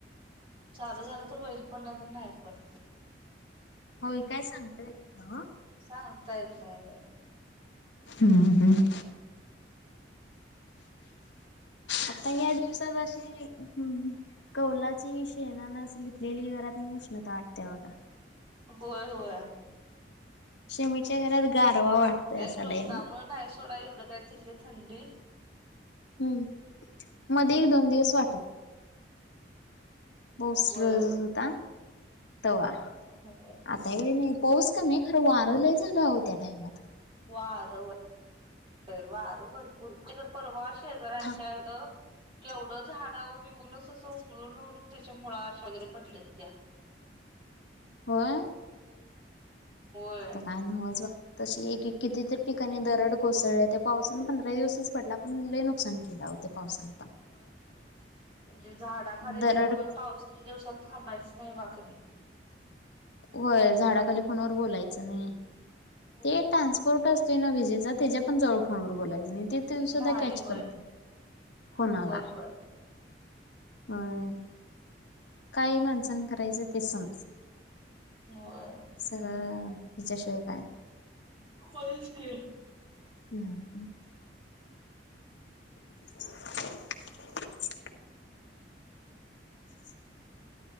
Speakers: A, on the right; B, on the left.
A: चालू झालं तर होईल पण, नाही त नाही पण.
B: होय, काय सांगतायेत नाय ओ.
A: सांगता येत नाही.
B: हम्म हम्म. आता या दिवसात अशे, हम्म हम्म. कौलाची, शेणाना लिपलेली घरात, नी उष्णता वाटते्या बघा.
A: होय होय.
B: शमीच्या घरात गारवा वाटतो,
A: आता काय
B: असा
A: खरं
B: लायनई.
A: उन्हामुळे नाही सोडा, एवढं काय तिथे थंडी
B: हम्म, मध्ये एक दोन दिवस वाटत पाऊस
A: होय
B: रोजच होता, तवा.
A: हो गं.
B: वातावरणयं पाऊस कमीयं खरं वारं लय झालं त्या टायमात.
A: वार होय, वार भरपूर आमच्या इकडं परवा असं <unintelligible> जरा
B: था
A: हेंच्या य एवढंच झााडावरून निघूनच असं उळूनून त्याच्या मुळाशी आशागरे पडल्यात त्या.
B: होय.
A: होय.
B: तर काय नाय होज. तशी एक एक कितीतरी ठिकाणी दरड कोसळल्या, त्या पावसान पंधरा दिवसच पडला, पण लय नुकसान केलं आवो. त्या पावसान पण.
A: होय होय, म्हणजे झाडा खाली
B: दरड
A: तेल म्हणून पावसाच्या दिवसात थांबायचं नाही बा कधी.
B: होय, झाडाखाली फोन वर बोलायचं नाही
A: होय.
B: ते ट्रान्सपोर्टच तेन विजेच त्याच्या पण, जवळ फोनवर बोलायचं नाही ते ते सुद्धा
A: नाही
B: कॅच
A: होय
B: करते फोनाला
A: होय होय
B: होय. काय हे माणसान करायचं ते समज
A: होय.
B: सगळं हिच्याशिवाय काय नाही.
A: होयचं की.
B: ह ह. <unintelligible> ह ह